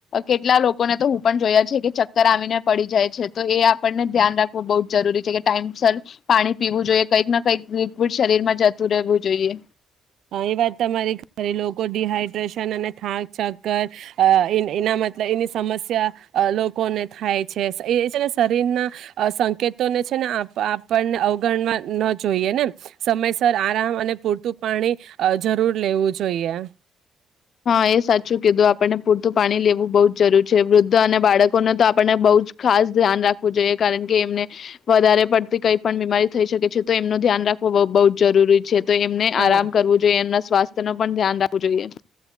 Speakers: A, on the left; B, on the right.
A: કેટલા લોકોને તો હું પણ જોયા છ કે ચક્કર આવીને પડી જાય છે, તો એ આપણને ધ્યાન રાખવું બહુ જરૂરી છે કે ટાઈમ સર પાણી પીવું જોઈએ કંઈક ના કંઈક લિક્વિડ શરીર માં જતું રહેવું જોઈએ.
B: હ એ વાત તમારી લોકો ડીહાઈડ્રેશન અને થાક ચક્કર અ એના મતલ એની સમસ્યા લોકોને થાય છે એ છે ને શરીરના સંકેતોને છે ને આપણને અવગણવા ન જોઈએ ને સમય સ આરામ અને પૂરતું પાણી અ જરૂર લેવું જોઈએ.
A: હા એ સાચું કીધું આપણને પૂરતું પાણી લેવું બહુ જ જરૂરી છે. વૃદ્ધ અને બાળકોને તો આપણને બઉજ ખાસ ધ્યાન રાખવું જોઈએ કારણ કે એમને વધારે પડતી કઈ પણ બીમારી થઈ શકે છે તો એમનું ધ્યાન રાખવું બહુ જરૂરી છે. તો એમને
B: હા
A: આરામ કરવું જોઈએ એમના સ્વાસ્થ તેનું પણ ધ્યાન રાખવું જોઈએ.